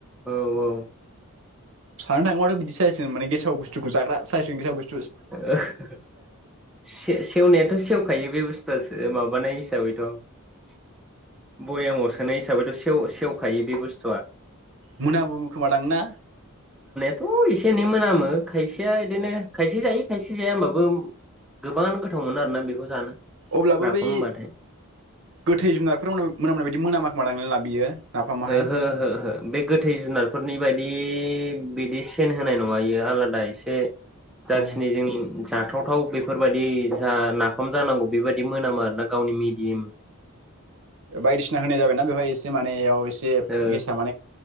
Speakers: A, in the centre; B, on the right (about 60°).
A: औ औ
B: साननो थांङोबाथ' बिदिसो जासिगोन माने गेसाव साव बुस्थुखौ जाग्रा साइस गेसाव बुस
A: <unintelligible> से-सेवनायाथ' सेवखायो बे बुस्थुआसो माबानाय हिसाबैथ' बयामाव सोनाय हिसाबैथ' सेव-सेवखायो बे बुस्थुआ
B: मोनामब्रुमो खोमा दां ना
A: थ' एसे एनै मोनामो खायसेया इदिनो खायसे जायो खायसे जाया होमबाबो गोबाङानो गोथाव मोनो आरोना बेखौ जानो
B: अब्लाबो
A: नाफाम
B: बै
A: होनबाथाय
B: गोथै जुनारफोर मोनाम-मोनामनाय बायदि मोनामा खोमा दां ना बियो नाफामाहाय
A: ओहो ओहो ओहो बे गोथै जुनारफोरनि बेबायदि बिदि सेन होनाय नङा इयो आलादा एसे जाखिनि
B: औ
A: जोंनि जाथावथाव बेफोरबायदि जा नाफाम जानांगौ बेबायदि मोनामो आरो ना गावनि मिदिम
B: बायदिसिना होनाय जाबायना बेवहाय एसे माने इयाव एसे
A: ओ
B: गेसा